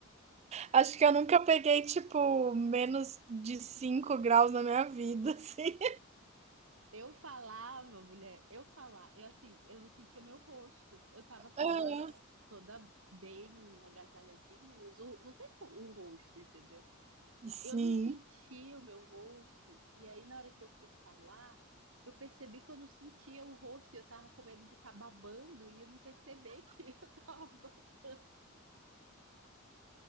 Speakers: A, on the right; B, on the right.
A: acho que eu nunca peguei tipo menos de 5 graus na minha vida, <laughs> assim.
B: Eu falava, mulher, eu falava, eu assim, eu não sentia o meu rosto. Eu tava toda
A: Ah,
B: toda bem agasalhadinha, mas o, não tem co- o rosto, entendeu?
A: Sim.
B: Eu não sentia o meu rosto, e aí na hora que eu fui falar, eu percebi que eu não sentia o rosto, e eu tava com medo de estar babando e eu não perceber que <laughs> eu tava babando.